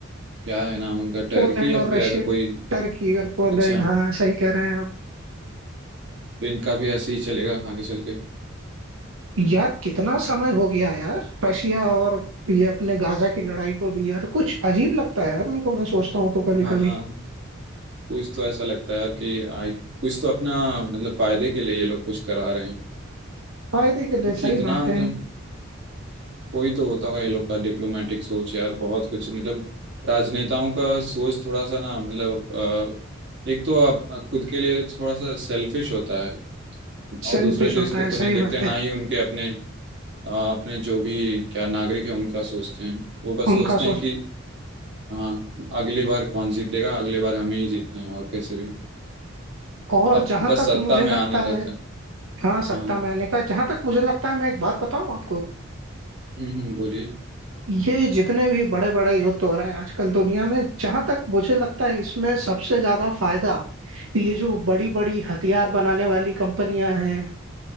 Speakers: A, on the right (about 60°); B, on the right (about 85°).
A: क्या है नाम उनका टर्की
B: पोलैंड
A: या
B: और
A: फिर
B: रशिया
A: ऐसा कोई
B: टर्की और पोलैंड
A: अच्छा
B: हाँ सही कह रहे हैं
A: तो इनका भी ऐसे ही चलेगा आगे चल के
B: यार कितना समय
A: <laughs>
B: हो गया यार रशिया और ये अपने गाजा की लड़ाई को भी यार कुछ अजीब लगता है यार मेरे को मैं सोचता हूँ तो कभी
A: हाँ
B: कभी
A: कुछ तो ऐसा लगता है यार कि आई कुछ तो अपना मतलब फायदे के लिए ये लोग कुछ करा रहे हैं
B: फायदे के लिए
A: क्योंकि
B: सही
A: इतना
B: बात
A: मतलब
B: है
A: कोई तो होता होगा ये लोग का डिप्लोमेटिक सोच यार बहुत कुछ मतलब राजनेताओं का सोच थोड़ा सा ना मतलब अ, एक तो आप खुद के लिए थोड़ा सा सेल्फिश होता है और
B: सेल्फिश
A: दूसरे देश
B: होता
A: को
B: है
A: तो नहीं
B: सही
A: देखते
B: बात
A: ना
B: है
A: ही उनके अपने अ, अपने जो भी क्या नागरिक है उनका सोचते हैं वो बस सोचते
B: उनका
A: हैं
B: सोचता
A: कि हाँ अगली बार कौन जीतेगा अगली बार हमें ही जीतना है और कैसे भी
B: और
A: अब
B: जहां
A: बस
B: तक
A: सत्ता
B: मुझे
A: में
B: लगता
A: आने रहता
B: है
A: है
B: हाँ सत्ता
A: हाँ
B: मैंने का जहां तक मुझे लगता है मैं एक बात बताऊं आपको
A: हम्म हम्म बोलिए
B: ये जितने भी बड़े बड़े युद्ध हो रहे हैं आजकल दुनिया में जहां तक मुझे लगता है इसमें सबसे ज्यादा फायदा ये जो बड़ी बड़ी हथियार बनाने वाली कंपनियां हैं